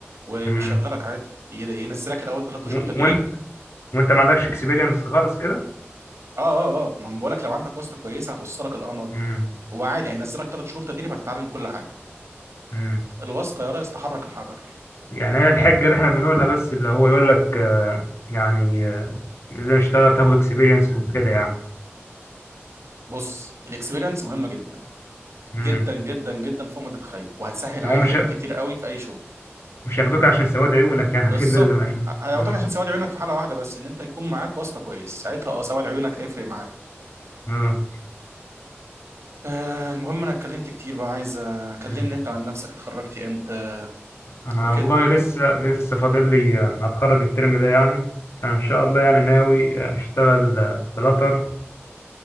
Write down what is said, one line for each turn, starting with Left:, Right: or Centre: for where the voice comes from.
Right: و-
Left: مم.
Right: ويشغلك عادي ين- ينزلك الأول ثلاث
Left: و-
Right: أشهر تدريب
Left: وانت وانت ما عندكش اكسبيرينس خالص كده
Right: اه اه اه ما أنا بقولك لو عندك واسطة كويسة هتوصلك القمر
Left: مم.
Right: وعادي هينزلك ثلاث شهور تدريب هتتعلم كل حاجة
Left: مم.
Right: الواسطة يا ريس تحرك الحجر
Left: يعني هي الحجة اللي احنا بنقولها بس اللي هو يقول لك آه، يعني آه، لازم اشتغل تاخد اكسبيرينس وكده يعني
Right: بص الاكسبيرينس مهمة جدا
Left: امم
Right: جدا جدا جدا فوق ما تتخيل وهتسهل
Left: هو
Right: عليك
Left: مش
Right: حاجات كتير قوي في أي شغل
Left: مش هياخدوك عشان سواد عيونك يعني
Right: بالظبط
Left: اكيد لازم عشان
Right: هياخدوك
Left: اه
Right: عشان سواد عيونك في حالة واحدة بس إن أنت يكون معاك واسطة كويس ساعتها اه سواد عيونك هيفرق معاك
Left: اه
Right: أه المهم انا اتكلمت كتير بقى عايز اكلمني
Left: مم.
Right: انت عن نفسك اتخرجت امتى
Left: انا
Right: وكده
Left: والله لسه لسه فاضل لي آه، اتخرج الترم ده يعني انا ان شاء الله
Right: امم
Left: يعني ناوي آه، اشتغل بلاتر